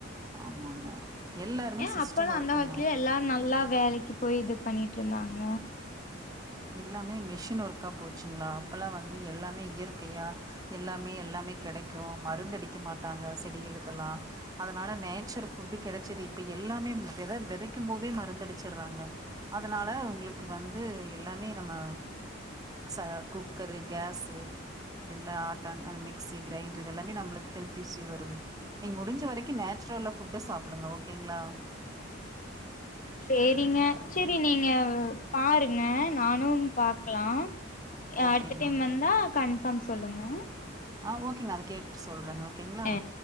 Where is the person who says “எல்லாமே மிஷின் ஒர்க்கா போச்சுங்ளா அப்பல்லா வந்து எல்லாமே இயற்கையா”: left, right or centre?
Right